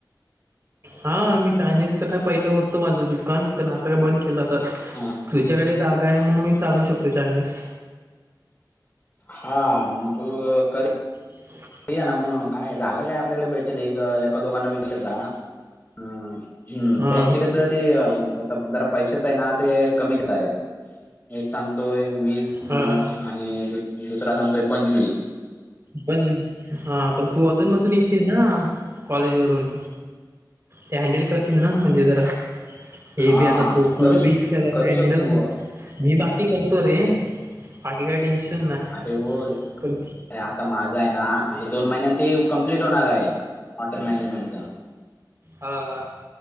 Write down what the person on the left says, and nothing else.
हां.
हा म तू या अ करे
ते आ मग काय जागा आपल्याकडे भेटत रे एका दोघांना विकलं का हम हम्म
त्यांचे कसं अम तम ते जरा पैशेच आहे ना ते कमीच आहे. एक सांगतोय विस
आणि दुसरा सांगतोय पंचविस.
हां
करू शक
करू
शकतो
अटे हो
अरे आता माझा आहे ना अटे दोन महिन्यान ते कम्प्लीट होणार आहे. हॉटेल मॅनेजमेंट चा.